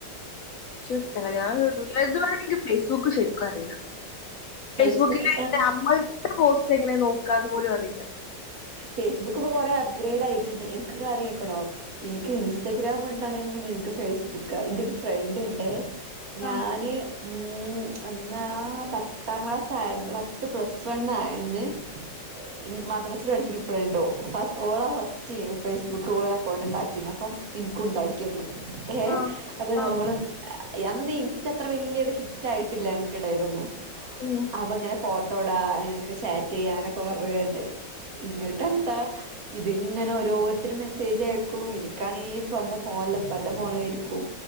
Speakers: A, on the left; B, on the right.
A: പക്ഷെ <unintelligible> എക്ക് ഫേസ്ബുക്ക് ശരിക്കും അറിയില്ല
B: ഫേസ്ബുക്ക്
A: ഫേസ്ബുക്കിലെ നമ്മടെ പോസ്റ്റ് എങ്ങനെയ നോക്കാ എന്ന് പോലും അറിയില്ല
B: ഫേസ്ബുക്ക് ഇപ്പൊ കൊറെ അപ്ഗ്രേഡ് ആയിട്ടുണ്ട് എനക്ക് കാര്യം കേക്കണോ എനിക്ക് ഇൻസ്റ്റാഗ്രാം ഉണ്ടാണതിന് മുന്നേ എനിക്ക് ഫേസ്ബുക്ക് എന്റെ ഒരു ഫ്രണ്ട് ഉണ്ടെ ഞാന്
A: ആഹ്
B: ഉം എന്നാ പത്താം ക്ലാസ്സ് ആയ പത്ത് പ്ലസ് വൺ ആയെന്ന് ഇമദ്രാസൽ പഠിച്ചിട്ട ഇപ്പഴുണ്ടോ ഓള ഫസ്റ്റ് ഫേസ്ബുക്ക് ഓള അക്കൗണ്ട് ഉണ്ടാക്കി അപ്പം എനക്ക് ഉണ്ടാക്കി തന്ന് ഏഹ
A: ആഹ്
B: അപ്പൊ
A: ആഹ്
B: ഓളും അന്ന് ഇൻസ്റ്റ അത്ര വലിയൊരു ഹിറ്റ് ആയിട്ടില്ല ഞങ്ങൾക്കിടയിലൊന്നും
A: ഉം
B: അപ്പൊ ഇങ്ങനെ ഫോട്ടോ ട്ടോടാ ഇങ്ങനൊക്കെ ചാറ്റ് ചെയ്യ അങ്ങനൊക്കെ പറഞ്ഞുക്കാണ്ട് ഇങ്ങോട്ട എന്താ ഇതിങ്ങനെ ഓരോരുത്തർ മെസ്സേജ് ആയക്കും എനിക്ക് ക്കണെ ഈ സ്വന്തം ഫോണിലപ്പ ഇപ്പന്റെ ഫോണിലരിക്കും